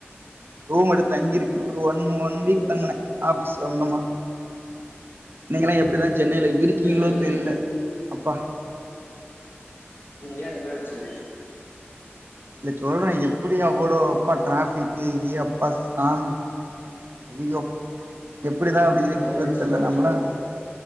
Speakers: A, on the right; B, on the left.
A: ரூம் எடுத்து தங்கிருக்கே ஒரு ஒன் ஒன் வீக்
B: சரி
A: தங்குனே ஆஃபிஸ் சம்மந்தமா நீங்களா எப்டிதா சென்னைல இருக்கீங்களோ
B: ம்
A: தெரில
B: ம்
A: அப்பா
B: ஏ என்னாச்சு
A: இல்ல சொல்றே எப்டி அவ்வளோ அப்பா டிராஃபிக்கு ஏ அப்பா சாமி ஐயயோ எப்டிதா அப்டி இருக்கீங்களோ
B: ரொம்ப கஷ்டமா
A: தெர்ல
B: இருந்துச்சோ
A: நம்மளா